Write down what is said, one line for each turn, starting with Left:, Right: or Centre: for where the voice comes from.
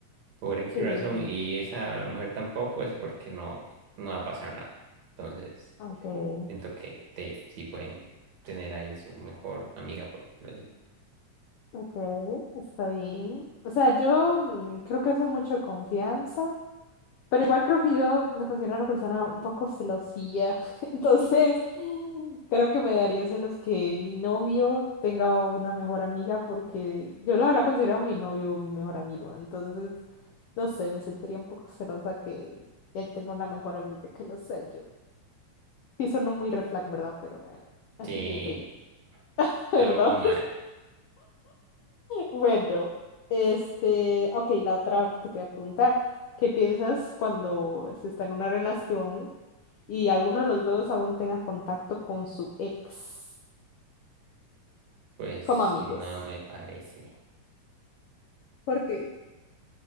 Right: por X
Left: Sí,
Right: razón, y esa la mujer tampoco, es porque no, no va a pasar nada. Entonces,
Left: okay,
Right: siento que te, sí pueden tener ahí su mejor amiga, por decirlo así.
Left: okay, está bien. O sea, yo mm, creo que eso es mucho confianza. Pero igual creo que yo me considero una persona un poco celosilla. <laughs> Entonces, creo que me daría celos que mi novio tenga una mejor amiga porque yo la verdad considero a mi novio mi mejor amigo. Entonces, no sé, me sentiría un poco celosa que él tenga una mejor amiga que no sea yo. Sí, suena muy red flag, ¿verdad? Pero bueno, así
Right: Sí,
Left: pienso yo. <laughs> ¿Verdad?
Right: todo mal,
Left: Bueno, este, ok, la otra que te voy a preguntar, ¿qué piensas cuando se está en una relación y alguno de los dos aún tenga contacto con su ex
Right: pues
Left: como amigos?
Right: no me parece.
Left: ¿Por qué?